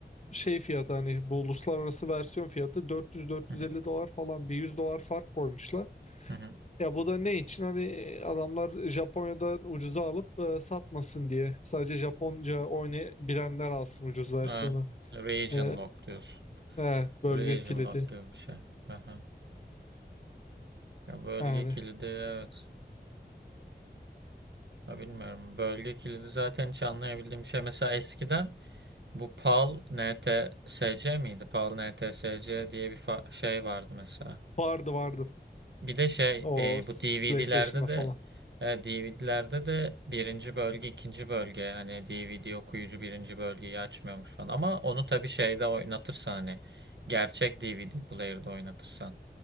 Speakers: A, on the left; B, on the right.
A: şey fiyatı hani bu uluslararası versiyon fiyatı 400-450
B: Hı hı.
A: dolar falan bir 100 dolar fark koymuşlar.
B: Hı hı.
A: Ya bu da ne için? Hani e, adamlar Japonya'dan ucuza alıp e, satmasın diye. Sadece Japonca oynayabilenler alsın ucuz versiyonu.
B: Ha, Region
A: E,
B: lock diyorsun.
A: e, bölge
B: Region
A: kilidi.
B: lock gibi bir şey. Hı hı. Ya bölge
A: Yani
B: kilidi evet. Ya bilmiyorum. Bölge kilidi zaten hiç anlayabildiğim şey. Mesela eskiden bu PAL NTSC miydi? PAL NTSC diye bir fa- şey vardı mesela.
A: vardı vardı.
B: Bir de şey
A: O
B: e,
A: s-
B: bu DVD'lerde
A: PlayStation'da
B: de
A: falan.
B: DVD'lerde de birinci bölge ikinci bölge hani DVD okuyucu birinci bölgeyi açmıyormuş falan ama onu tabii şeyde oynatırsan hani gerçek DVD player'da oynatırsan